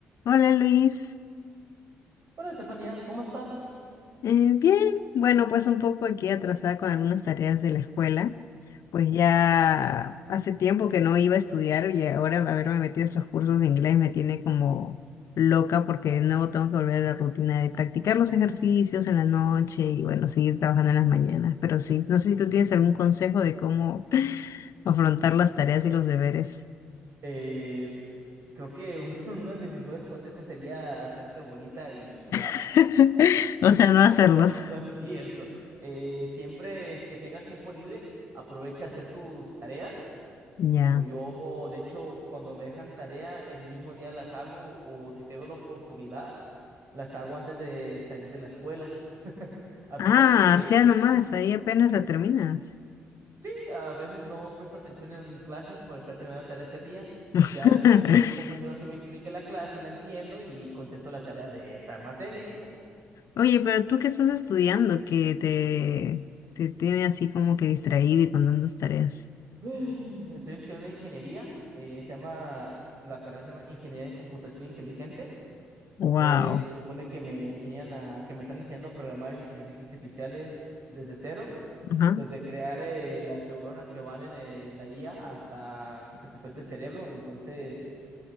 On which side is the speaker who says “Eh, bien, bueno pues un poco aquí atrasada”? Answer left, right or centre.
Left